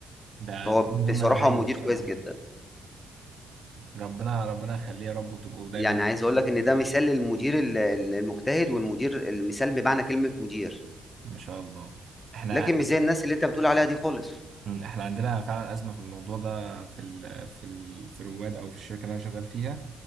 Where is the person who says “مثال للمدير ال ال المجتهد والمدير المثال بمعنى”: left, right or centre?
Left